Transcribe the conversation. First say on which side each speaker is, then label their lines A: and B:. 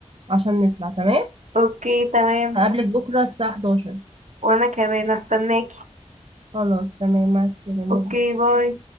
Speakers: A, on the right (about 50°); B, on the right (about 75°).
A: عشان نطلع تمام
B: اوكي تمام
A: هقابلك بكرة الساعة 11
B: وانا كمان هستناكي
A: خلاص تمام مع السلامة
B: اوكي باي